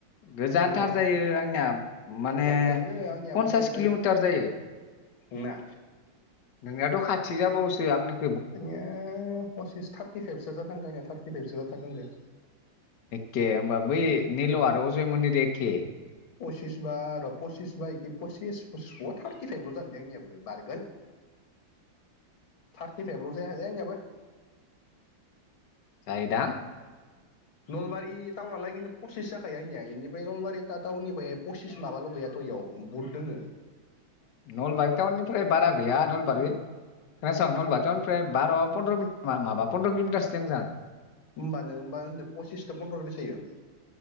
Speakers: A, on the left (about 60°); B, on the left (about 85°).
A: गोजानथार
B: जुलाइआव
A: जायो आंनिया माने
B: गोजान जायो आंनियाबो
A: पन्सास
B: गोजान
A: किल'मिटार जायो
B: नोंना
A: नोंनियाथ' खाथि जाबावोसो आंना
B: बिनो पसिस थारटिफाइबसो जानांगौया थार्टिफाइभसो जाथारनांगौ
A: खे होमबा बै निल आरो अजयमोनिदो ए के
B: पसिस बा र' पसिस बा एखि पसिस पसिस बहा थार्टिफाइभल' जानोले आंनियाबो बारगोन थारटिफाइभल' जाय दे आंनियाबो
A: जायोदां
B: नलबारि टाउनालागि पसिस जाखायो आंनिया बेनिफ्राय नलबारि टाउननिफ्राय पसिस माबाल' गैयाथ' इयाव बुहुट दोंङो
A: नलबारि टाउननिफ्राय बारा गैया नलबारि खोनासं नलबारि टाउन ओमफ्राय बार' पन्द्र माबा पन्द्र किल'मिटारसो दंजां
B: होमबानो होमबा होनदो पसिसदो फन्द्र' बेसे जायो